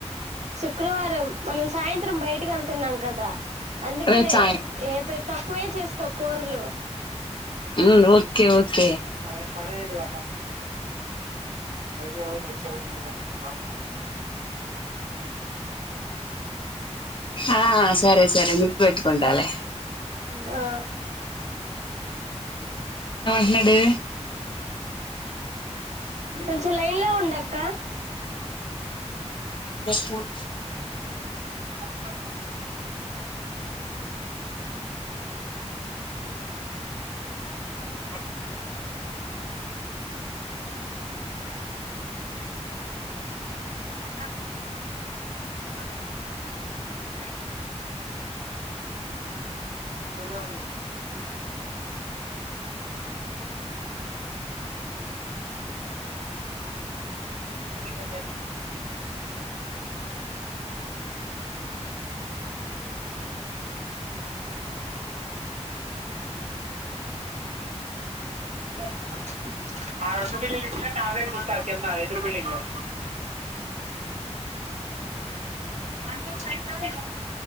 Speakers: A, on the right (about 75°); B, on the left (about 45°).
A: శుక్రవారం మనం సాయంత్రం బయటీ కెల్ తున్నాం కదా అందుకనే
B: రేపు సాయం
A: ఏ తక్కువే చేసుకో కూరలు
B: ఉమ్ ఓకే ఓకే
A: మరి ఫనీడిత అ క
B: ఆ సరే సరే గుర్తు పెట్టుకుంటాలే
A: ఆ
B: ఎన్నడు
A: కొంచెం లైన్ లో ఉండక్క
B: ఫోర్
A: అత పడ
B: ఇ
A: అద్ద ఉన్నాయి ఉంటాయి తొమ్మిది వందలు తీర్గడ ఇయల్ల మని ఆ రెండు బిల్లులు ఇస్తే టాబ్లెట్స్ ఇస్తారు కింద ఎదురు బిల్డింగ్లో వన్ టు ఫై సెవెన్